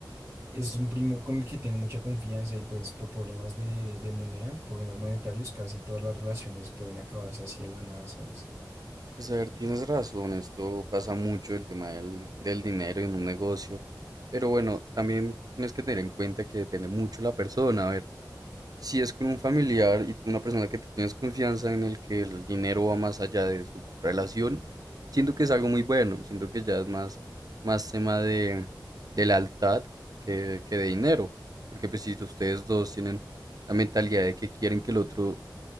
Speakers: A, on the right; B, on the right.
A: es un primo con el que tengo mucha confianza y pues por problemas de, de moneda, problemas monetarios, casi todas las relaciones pueden acabarse así de la nada, ¿sabes?
B: Pues a ver, tienes razón, esto pasa mucho, el tema del, del dinero en un negocio. Pero bueno, también tienes que tener en cuenta que depende mucho la persona. A ver, si es con un familiar y una persona que tú tienes confianza en el que el dinero va más allá de su relación, siento que es algo muy bueno. Siento que ya es más, más tema de, de lealtad que, que de dinero. Porque pues si ustedes dos tienen la mentalidad de que quieren que el otro